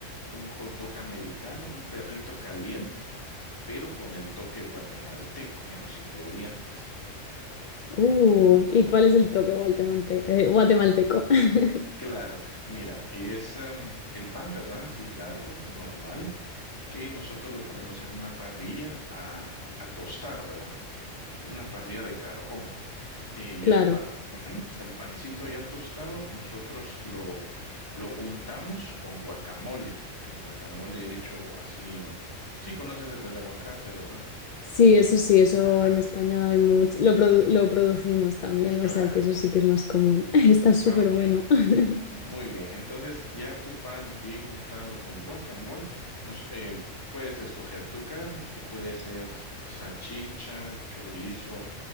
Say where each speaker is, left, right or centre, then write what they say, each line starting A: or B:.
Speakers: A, on the left; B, on the left.
A: un hot dog americano, un perrito caliente, pero con el toque guatemalteco en los ingredientes.
B: Uh, ¿y cuál es el toque guatemante- eh, guatemalteco? <laughs>
A: Claro, mira, es am, el pan, ¿verdad? Así largo, normal, que nosotros lo ponemos en una parrilla a, a tostar, ¿verdad? Una parrilla de carbón. Y
B: Claro.
A: ya el, pa- ujú, el pancito ya tostado, nosotros lo, lo untamos con guacamole. El guacamole hecho así. Sí, conoces el, el aguacate, ¿verdad?
B: Sí, eso sí, eso
A: Ajá,
B: en España hay mucho. Lo, produ- lo producimos también,
A: claro.
B: o sea que eso sí que es más común. <laughs> Está súper
A: Ah, Ok,
B: bueno. <laughs>
A: muy bien. Entonces, ya tu pan bien untado con guacamole, nos, eh, puedes escoger tu carne, que puede ser s- salchicha, chorizo,